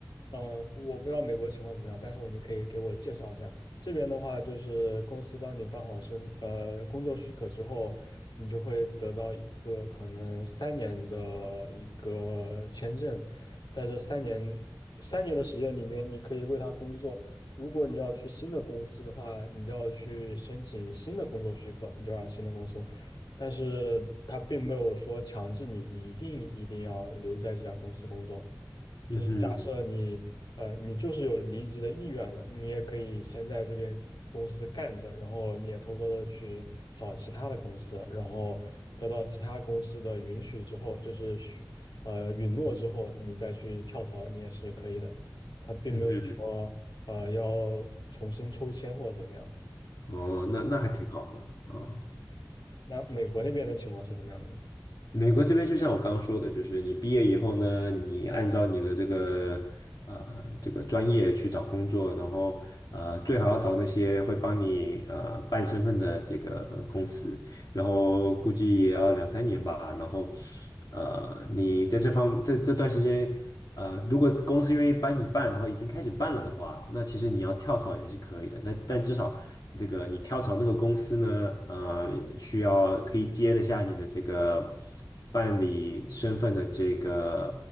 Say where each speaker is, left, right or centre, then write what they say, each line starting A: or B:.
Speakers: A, on the left (about 80°); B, on the left (about 60°).
A: 嗯、我不知道美国情况怎么样，但是我你可以给我介绍一下。这边的话，就是公司帮你办好身，呃，工作许可之后，你就会得到一个可能三年的一个签证，在这三年三年的时间里面，你可以为他工作。如果你要去新的公司的话，你就要去申请新的工作许可，你就让新的公司。但是他并没有说强制你一定一定要留在这家公司工作。就是假设你呃你就是有离职的意愿了，
B: 嗯哼
A: 你也可以先在这边公司干着，然后你也偷偷的去找其他的公司，然后得到其他公司的允许之后，就是许呃允诺之后，你再去跳槽，你也是可以的。他并没有说呃要重新抽签或者怎么样。
B: 嗯哼，哦，那那还挺好的啊。
A: 那美国那边的情况是怎么样的呢？
B: 美国这边就像我刚刚说的，就是你毕业以后呢，你按照你的这个呃这个专业去找工作，然后呃最好要找那些会帮你呃办身份的这个公司，然后估计也要两三年吧。然后，呃，你在这方这这段时间，呃，如果公司愿意帮你办，然后已经开始办了的话，那其实你要跳槽也是可以的。那但至少这个你跳槽那个公司呢，呃，需要可以接得下你的这个办理身份的这个